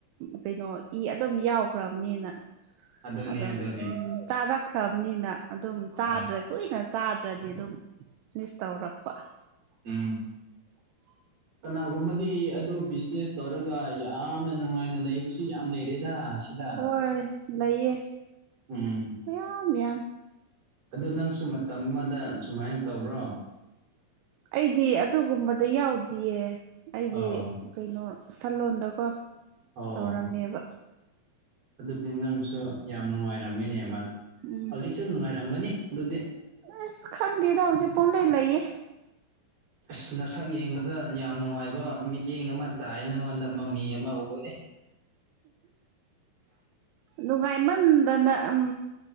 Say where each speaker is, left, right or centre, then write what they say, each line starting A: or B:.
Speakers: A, on the right; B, on the right.
A: ꯀꯩꯅꯣ ꯏ ꯑꯗꯨꯝ ꯌꯥꯎꯈ꯭ꯔꯕꯅꯤꯅ
B: ꯑꯗꯨꯅꯦ
A: ꯑꯗꯨꯝ
B: ꯑꯗꯨꯅꯦ
A: ꯎꯝ ꯆꯥꯔꯛꯈ꯭ꯔꯕꯅꯤꯅ ꯑꯗꯨꯝ ꯆꯥꯗ꯭ꯔꯦ
B: ꯑ
A: ꯀꯨꯏꯅ ꯆꯥꯗ꯭ꯔꯗꯤ ꯑꯗꯨꯝ ꯃꯤꯁ ꯇꯧꯔꯛꯄ
B: ꯎꯝ
A: <inaudible>
B: ꯀꯅꯥꯒꯨꯝꯕꯗꯤ ꯑꯗꯨ ꯕꯤꯖꯤꯅꯦꯁ ꯇꯧꯔꯒ ꯌꯥꯝꯅ ꯅꯨꯡꯉꯥꯏꯅ ꯂꯩꯕꯁꯨ ꯌꯥꯝ ꯂꯩꯔꯦꯗ ꯁꯤꯗ
A: ꯍꯣꯏ ꯂꯩꯌꯦ
B: ꯎꯝ
A: ꯃꯌꯥꯝ ꯃꯌꯥꯝ
B: ꯑꯗꯨ ꯅꯪꯁꯨ ꯃꯇꯝ ꯑꯃꯗ ꯁꯨꯃꯥꯏꯅ ꯇꯧꯕ꯭ꯔꯣ
A: ꯑꯩꯗꯤ ꯑꯗꯨꯒꯨꯝꯕꯗ ꯌꯥꯎꯗꯤꯌꯦ ꯑꯩꯗꯤ
B: ꯑꯣ
A: ꯀꯩꯅꯣ ꯁꯜꯂꯣꯟꯗꯀꯣ
B: ꯑꯣ
A: ꯇꯧꯔꯝꯃꯦꯕ
B: ꯑꯗꯨꯗꯤ ꯅꯪꯁꯨ ꯌꯥꯝ ꯅꯨꯡꯉꯥꯏꯔꯝꯃꯦꯅꯦ ꯃꯥ
A: ꯎꯝ
B: ꯍꯧꯖꯤꯛꯁꯨ ꯅꯨꯡꯉꯥꯏꯔꯝꯒꯅꯤ ꯑꯗꯨꯗꯤ
A: ꯑꯁ ꯈꯪꯗꯦꯗ ꯍꯧꯖꯤꯛ ꯄꯨꯡꯂꯩ ꯂꯩꯌꯦ
B: ꯑꯁ ꯅꯁꯛ ꯌꯦꯡꯕꯗ ꯌꯥꯝ ꯅꯨꯡꯉꯥꯏꯕ ꯃꯤꯠ ꯌꯦꯡ ꯑꯃ ꯇꯥꯏ ꯅꯪꯉꯣꯟꯗ ꯃꯃꯤ ꯑꯃ ꯎꯋꯦ
A: ꯅꯨꯡꯉꯥꯏꯃꯟꯗꯅ ꯎꯝ